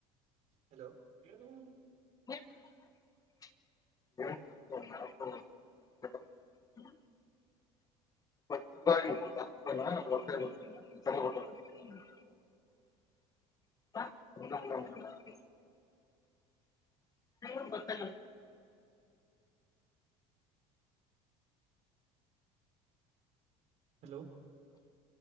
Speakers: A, on the right; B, on the left.
A: ಹಲೋ <unintelligible>
B: <inaudible> ಹ್ಮ <inaudible> <inaudible> <inaudible> <inaudible>
A: ಹಲೋ.